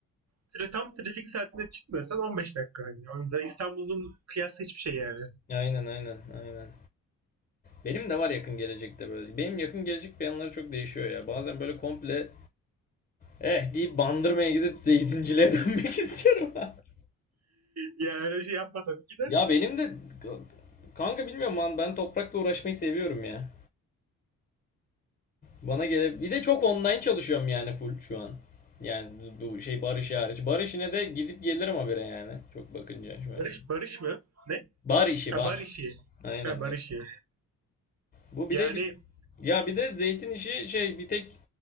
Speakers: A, on the right; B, on the left.
A: tra- tam trafik saatinde çıkmıyorsan 15 dakika hani. O yüzden İstanbul'un kıyası hiçbir şey yani. <laughs>
B: Aynen aynen aynen. Benim de var yakın gelecekte böyle. Benim yakın gelecek planları çok değişiyor ya. Bazen böyle komple eh deyip Bandırma'ya gidip Zeytinciliğe <laughs> dönmek istiyorum. <laughs>
A: Yani öyle bir şey yapma tabii ki de.
B: ya benim de kanka bilmiyorum lan ben toprakla uğraşmayı seviyorum ya. Bana gele bir de çok online çalışıyorum yani full şu an. Yani bu şey bar işi hariç. Bar işine de gidip gelirim habire yani. Çok bakınca şu açıdan.
A: Barış Barış mı? Ne?
B: Bar işi
A: Ha,
B: bar.
A: Barışi.
B: Aynen.
A: Ha, Barışi.
B: Bu bir
A: Yani
B: de bir, ya bir de zeytin işi şey bir tek